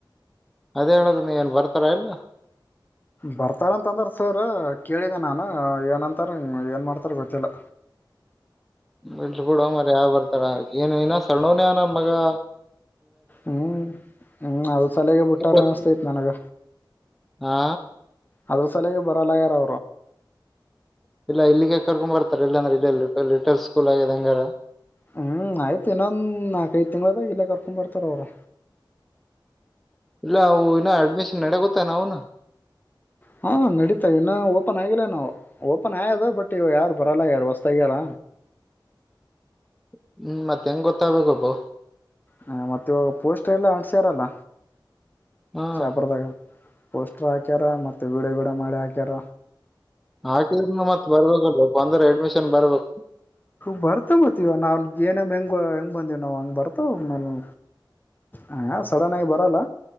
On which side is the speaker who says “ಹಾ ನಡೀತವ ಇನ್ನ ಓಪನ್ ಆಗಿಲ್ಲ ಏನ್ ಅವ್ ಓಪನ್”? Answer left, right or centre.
Left